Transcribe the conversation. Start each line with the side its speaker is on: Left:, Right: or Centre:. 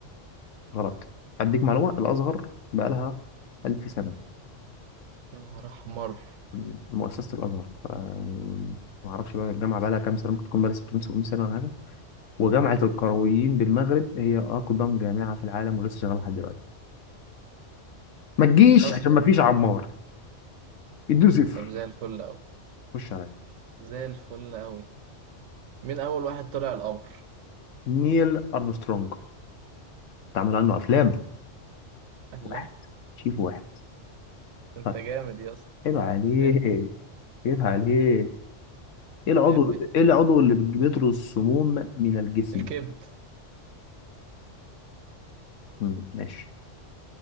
Left: غلط أديك معلومة الأزهر بقالها ألف سنة
Right: يا نهار احمر
Left: م- مؤسسة الأزهر ف- يعني ما أعرفش بقى الجامعة بقالها كام سنة ممكن تكون بقالها 600 700 سنة ولا حاجة وجامعة القرويين بالمغرب هي أقدم جامعة في العالم ولسه شغالة لحد دلوقتي ما تجيش
Right: اصلا
Left: عشان ما فيش عمار اديله صفر
Right: طب زي الفل اوي
Left: خش عليا
Right: زي الفل اوي مين اول واحد طلع القمر
Left: نيل أرمسترونج اتعمل عنه أفلام
Right: الله
Left: واحد شيف واحد
Right: ده انت
Left: طيب
Right: جامد يا اسطى
Left: عيب عليك
Right: ادي
Left: عيب عليك ايه العضو
Right: ادي
Left: ايه العضو اللي بيطرد السموم من الجسم
Right: الكبد
Left: مم، ماشي